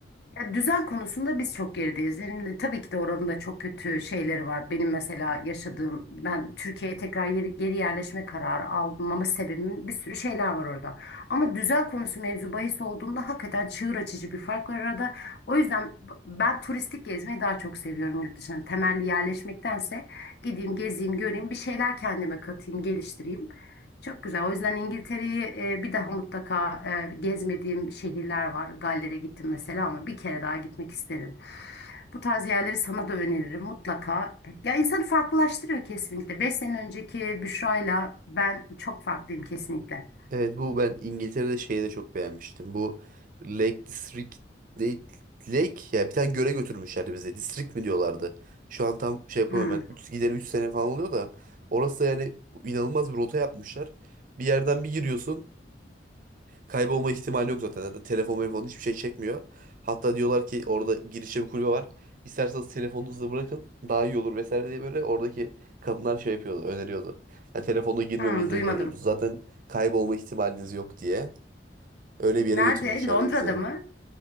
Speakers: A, on the left; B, on the right.
A: Ya düzen konusunda biz çok gerideyiz. Yani e, tabii ki de oranın da çok kötü şeyleri var. Benim mesela yaşadığım, ben Türkiye'ye tekrar yeri- geri yerleşme kararı aldım ama sebebimin bir sürü şeyler var orada. Ama düzen konusu mevzu bahis olduğunda hakikaten çığır açıcı bir fark var arada. O yüzden b- ben turistik gezmeyi daha çok seviyorum yurt dışına. Temelli yerleşmektense gideyim, gezeyim, göreyim, bir şeyler kendime katayım, geliştireyim. Çok güzel. O yüzden İngiltere'yi e, bir daha mutlaka e, gezmediğim şehirler var. Galler'e gittim mesela ama bir kere daha gitmek isterim. Bu tarz yerleri sana da öneririm mutlaka. Ya insanı farklılaştırıyor kesinlikle. Beş sene önceki Büşra'yla ben çok farklıyım kesinlikle.
B: Evet bu ben İngiltere'de şeyi de çok beğenmiştim. Bu Lake District ne- Lake ya bir tane göle götürmüşlerdi bize. District mi diyorlardı. Şu an tam şey yapamıyorum
A: Hmm,
B: ben. üç gideli 3 sene falan oluyor da orası da yani inanılmaz bir rota yapmışlar. Bir yerden bir giriyorsun. Kaybolma ihtimali yok zaten. Zaten telefon telefon hiçbir şey çekmiyor. Hatta diyorlar ki orada girişte bir kulübe var. İsterseniz telefonunuzu da bırakın daha iyi olur vesaire diye böyle oradaki kadınlar şey yapıyordu, öneriyordu. Yani telefonla girmemenizi
A: hmm, duymadım.
B: öneriyoruz. Zaten kaybolma ihtimaliniz yok diye. Öyle bir yere
A: Nerede?
B: götürmüşlerdi
A: Londra'da
B: bizi.
A: mı?